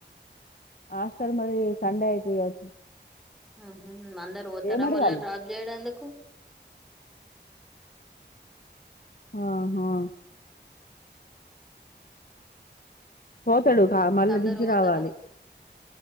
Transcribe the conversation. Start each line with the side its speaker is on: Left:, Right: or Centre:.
Left: హాస్టల్ మరి సండే అయితే కావచ్చు
Centre: ఊహు మందరు పోతారా
Left: ఏం అడగాలి
Centre: మల్ల డ్రాప్ చేయడందుకు
Left: ఆహా పోతాడు కా మళ్ల
Centre: అందరు
Left: దించి
Centre: పోతారా
Left: రావాలి